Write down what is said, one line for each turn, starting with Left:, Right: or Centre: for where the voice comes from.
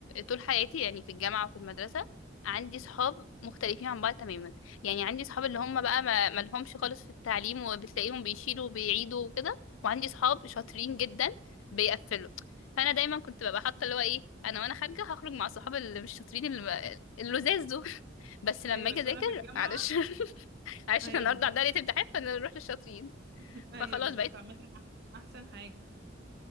Left: طول حياتي يعني في الجامعه وفي المدرسه عندي صحاب مختلفين عن بعض تماما يعني عندي صحاب اللي هم بقى ما ما لهمش خالص في التعليم وبتلاقيهم بيشيلوا وبيعيدوا وكده وعندي صحاب شاطرين جدا بيقفلوا فانا دايما كنت ببقى حاطه اللي هو ايه انا وانا خارجه هخرج مع صحاب اللي مش شاطرين اللي اللزاز دول <laughs> بس لما
Right: ايوه
Left: اجي
Right: بس
Left: اذاكر
Right: وانا في الجامعة
Left: معلش <laughs> معلش
Right: ايوه
Left: احنا النهارده
Right: بالظبط
Left: عندنا ليله امتحان فنروح للشاطرين
Right: <laughs> ايوه
Left: فخلاص
Right: بالظبط
Left: بقيت
Right: عامة أح- احسن حاجة